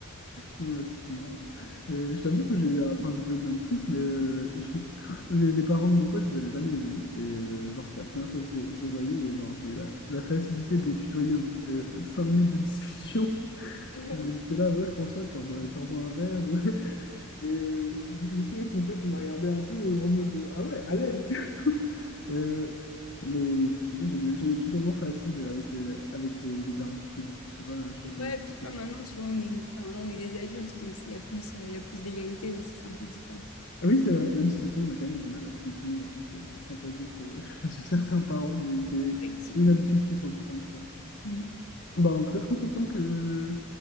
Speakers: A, on the left; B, on the left.
A: Ouais, c'est trop marrant. Euh, je t'avoue que j'ai eu, un- enfin, j'ai pas eu le même truc, mais euh, je- <laughs> les, les parents de mon pote, je les avais jamais vus. Et euh, genre, c'était la première fois que je les, je les voyais. Et genre, j'ai eu la, la facilité de les tutoyer au bout de cinq minutes de discussion.
B: Ouais.
A: <laughs> J'étais là, ouais, François, tu rebois, tu rebois un verre. ou- <laughs> Et euh, je, je me souviens que mon pote, il m'a regardé un peu euh, en mode, euh, ah ouais, à l'aise. <laughs> Euh, mais écoute, moi, j'ai le, j'ai le tutoiement facile avec, euh, avec les, les darons cool. Je sais pas, je sais pas comment
B: Ouais,
A: expliquer.
B: puis enfin, maintenant, tu vois, on est, enfin, maintenant, on est des adultes, donc il y a plus, euh, il y a plus d'égalité aussi, c'est un peu différent.
A: Ah Oui, c'est vrai, même si des fois on a quand même du mal à se positionner en tant que, en tant qu'adulte euh, <laughs> chez certains
B: Oui,
A: parents, mais c'est,
B: Effectivement.
A: c'est une habitude qu'il faut prendre, quoi.
B: Mhm.
A: Bah, en tout cas, trop content que,